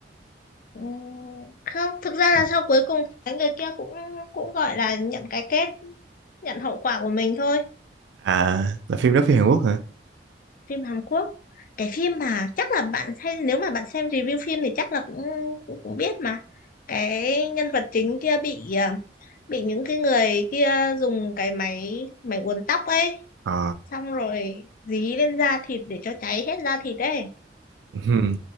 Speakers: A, on the left; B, on the right.
A: Ừm, không thực ra là
B: À
A: sau cuối cùng cái người kia cũng cũng gọi là nhận cái kết nhận hậu quả của mình thôi
B: à, là phim đó phim Hàn Quốc hả?
A: phim Hàn Quốc cái phim mà chắc là bạn xem nếu mà bạn xem review phim thì chắc là cũng cũng, cũng biết mà cái nhân vật chính kia bị à, bị những cái người kia dùng cái máy máy uốn tóc ấy
B: Ờ.
A: xong rồi dí lên da thịt để cho cháy hết da thịt ấy
B: Ừm.